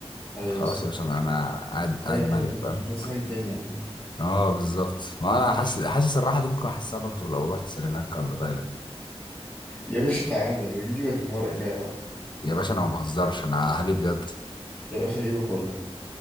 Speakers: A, on the left (about 20°); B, on the left (about 45°).
A: ايوه
B: خلاص
A: صح
B: يا باشا انا أنا قاعد قاعد
A: لا يعني
B: ملك
A: يعني
B: فاهم
A: مش مش عايز حاجه تاني عامة
B: اه بالظبط ما انا
A: ماشي
B: حاسس حاسس الراحه دي ممكن احسها برضو لو رحت سريلانكا ولا تايلاند
A: يا باشا تعالى اجيبك المره الجايه والله
B: يا باشا انا ما بهزرش انا هاجي بجد
A: يا باشا اجيبك والله